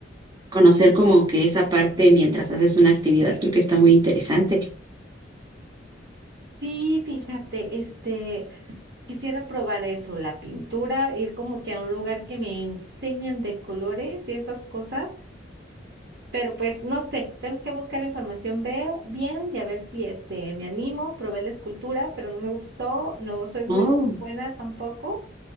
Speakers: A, on the right (about 20°); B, on the right (about 60°).
A: conocer como que esa parte mientras haces una actividad, creo que está muy interesante.
B: Sí, fíjate, este, quisiera probar eso, la pintura, ir como que a un lugar que me enseñen de colores y esas cosas, Pero pues no sé, tengo que buscar información be- bien y a ver si este me animo, probé la escultura, pero no me gustó, no soy muy
A: Oh,
B: bu- buena tampoco.